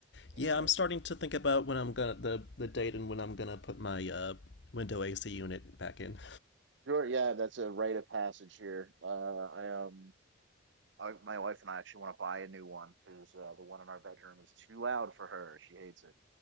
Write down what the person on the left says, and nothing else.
Yeah,
I'm
starting to think about when I'm gonna the the date and when I'm gonna put my uh, window AC unit back in.